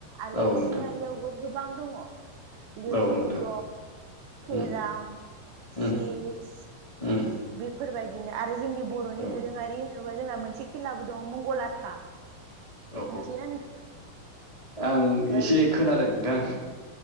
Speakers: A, on the right; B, on the left.
A: आरो
B: औ
A: इसिंआरि
B: नोंथां
A: आवबो गोबां दङ। लु-लुद'
B: औ नोंथां
A: केराम
B: उम
A: चीस
B: उम उम
A: बेफोरबायदिनो आरो जोंनि बर'नि
B: औ
A: दोरोङारि होनोबा जोंना मोनसे खेलाबो दङ मंगलाथा
B: औ
A: मिथियोना नों
B: आं एसे
A: ओइ
B: खोनादों नोंथां।